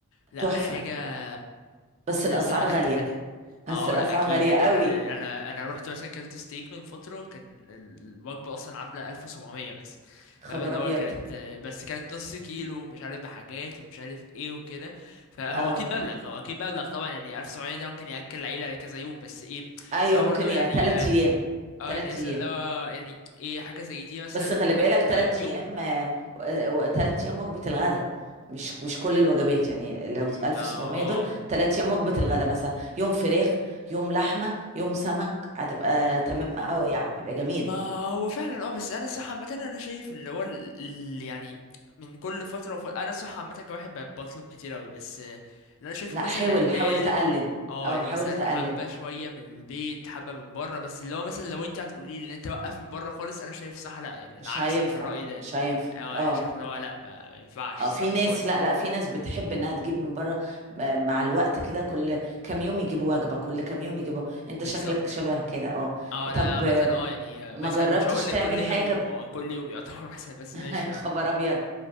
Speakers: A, on the left (about 60°); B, on the right (about 30°).
A: لا
B: تحفه
A: حاجه
B: بس الاسعار
A: نازله من
B: غاليه
A: حته تانية ما
B: بس
A: هو
B: الاسعار
A: لا اكيد
B: غاليه
A: يعني
B: قوي
A: انا انا انا رحت مثلا كلت ستيك من فتره كان ال- الوجبه اصلا عامله 1700 بس
B: خبر
A: فاهم اللي
B: ابيض
A: هو كانت بس كانت نص كيلو مش عارف بحاجات ومش عارف ايه وكده فهو
B: اه
A: اكيد مبلغ هو اكيد مبلغ طبعا يعني 1700 ده ممكن ياكل العيله كذا يوم بس ايه
B: ايوه
A: لو
B: ممكن
A: برضو يعني
B: يا ثلاث ايام
A: اه
B: ثلاث
A: يعني مثلا
B: ايام
A: لو يعني ايه حاجه زي دي مثلا
B: بس خلي بالك
A: يبقى
B: تلات
A: يوم
B: ايام آه، و- تلات ايام وجبة الغداء مش مش كل الوجبات يعني لو
A: أمم،
B: 1700
A: اه
B: دول تلات ايام وجبة الغداء مثلا يوم فراخ يوم لحمة يوم سمك هتبقى تمام قوي يعني يبقى جميل
A: ما هو فعلا اه بس انا صح عامه انا شايف اللي هو ال- ال- يعني من كل فتره وفترة انا صح عامه كواحد ب- بطلب كتير قوي بس آه، اللي انا شايفه
B: لا
A: مثلا
B: حاول
A: الاعتدال
B: حاول تقلل
A: اه
B: اه
A: يعني
B: حاول
A: مثلا
B: تقلل
A: حبه شويه من البيت حبه من بره بس اللي هو مثلا لو انت هتقولي لي ان انت وقف من بره خالص انا شايف صح لا يعني انا
B: مش
A: عكسك
B: هينفع
A: في الراي ده
B: مش هينفع
A: اه
B: اه
A: انا شايف ان هو لا ما ما ينفعش
B: اه
A: الصراحه
B: في ناس
A: خالص
B: لا لا في ناس بتحب انها تجيب من بره م- مع الوقت كده كل كام يوم يجيبوا وجبة كل كام يوم يجيبوا انت
A: بالظبط
B: شكلك شبه كده اه
A: اه انا
B: طب
A: عامه
B: آه،
A: اه يعني آه،
B: ما
A: مثلا
B: جربتش
A: مش هقول
B: تعمل
A: لك كل
B: حاجة
A: كام يوم هو كل يوم يعتبر <laughs> مثلا بس
B: <laughs>
A: ماشي
B: يا خبر
A: اه
B: ابيض